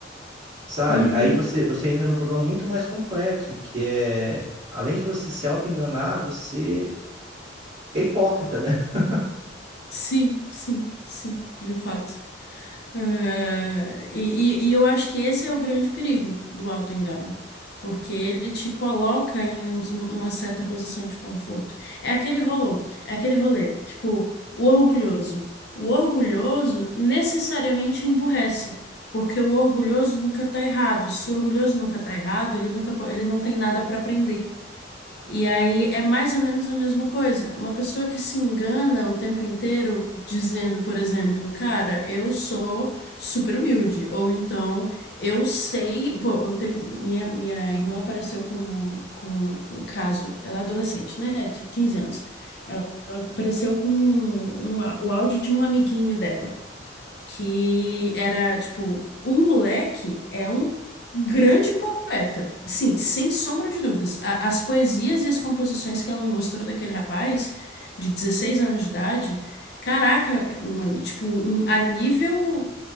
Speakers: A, on the right; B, on the left.
A: sabe?
B: uhum.
A: Aí você, você entra num problema muito mais complexo, que é, além de você se auto-enganar, você é hipócrita, né? <laughs>
B: Sim, sim, sim, de fato. Eh, e, e- e eu acho que esse é o grande perigo do autoengano, porque ele te coloca em um- uma certa posição de conforto. É aquele rolô, é aquele rolê, tipo, o orgulhoso. O orgulhoso necessariamente emburrece, porque o orgulhoso nunca tá errado. Se o orgulhoso nunca tá errado, ele nunca, po- ele não tem nada para aprender. E aí é mais ou menos a mesma coisa. Uma pessoa que se engana o tempo inteiro dizendo, por exemplo, cara, eu sou super humilde, ou então eu sei, pô, eu tenho- minha, minha irmã apareceu com, com o caso, ela é adolescente, né? Tipo 15 anos. Ela ela apareceu com um á- o áudio de um amiguinho dela que era tipo, o moleque é um grande poeta. Sim, sem sombra de dúvidas. A- as poesias e as composições que ela me mostrou daquele rapaz de 16 anos de idade, caraca, mano, tipo, em- a nível